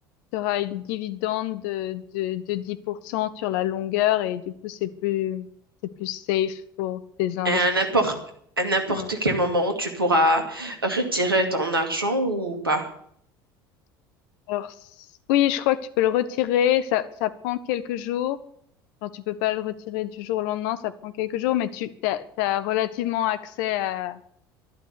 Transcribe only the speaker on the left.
tu auras une dividende de, de, de 10% sur la longueur et du coup, c'est plus, c'est plus safe pour tes investissements.
Ouais.
Alors, s- oui, je crois que tu peux le retirer. Ça, ça prend quelques jours. Enfin, tu peux pas le retirer du jour au lendemain. Ça prend quelques jours, mais tu t'as, t'as relativement accès à,